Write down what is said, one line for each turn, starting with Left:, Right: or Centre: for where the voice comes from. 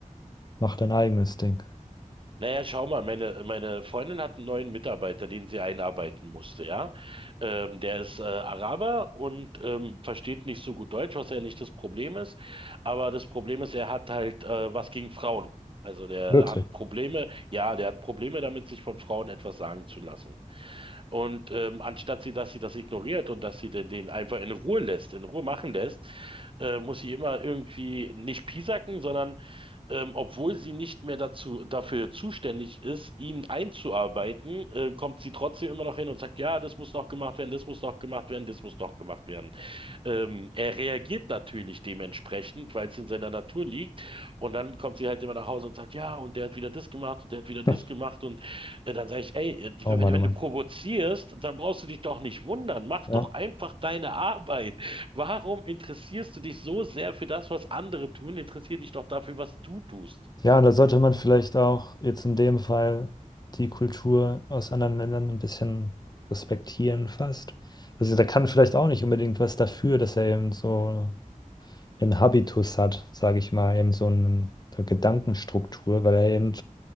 Left: mach dein eigenes Ding.
Right: Naja, schau mal, meine, meine Freundin hat einen neuen Mitarbeiter, den sie einarbeiten musste, ja. Ähm, der ist äh, Araber und ähm, versteht nicht so gut Deutsch, was ja nicht das Problem ist. Aber das Problem ist, er hat halt äh, was gegen Frauen. Also der
Left: Wirklich.
Right: hat Probleme, ja, der hat Probleme damit, sich von Frauen etwas sagen zu lassen. Und ähm, anstatt sie, dass sie das ignoriert und dass sie den, den einfach in Ruhe lässt, in Ruhe machen lässt, äh, muss sie immer irgendwie nicht piesacken, sondern ähm, obwohl sie nicht mehr dazu, dafür zuständig ist, ihn einzuarbeiten, äh, kommt sie trotzdem immer noch hin und sagt, ja, das muss noch gemacht werden, das muss noch gemacht werden, das muss noch gemacht werden. Ähm, er reagiert natürlich dementsprechend, weil es in seiner Natur liegt. Und dann kommt sie halt immer nach Hause und sagt, ja, und der hat wieder das gemacht und der hat wieder das
Left: <laughs>
Right: gemacht. Und ja, Dann sage ich, ey,
Left: Oh
Right: wenn,
Left: Mann,
Right: wenn
Left: oh Mann.
Right: du provozierst, dann brauchst du dich doch nicht wundern. Mach
Left: Ja.
Right: doch einfach deine Arbeit. Warum interessierst du dich so sehr für das, was andere tun? Interessier dich doch dafür, was du tust.
Left: Ja, da sollte man vielleicht auch jetzt in dem Fall die Kultur aus anderen Ländern ein bisschen respektieren fast. Also da kann vielleicht auch nicht unbedingt was dafür, dass er eben so einen Habitus hat, sage ich mal, eben so einen- eine Gedankenstruktur, weil er eben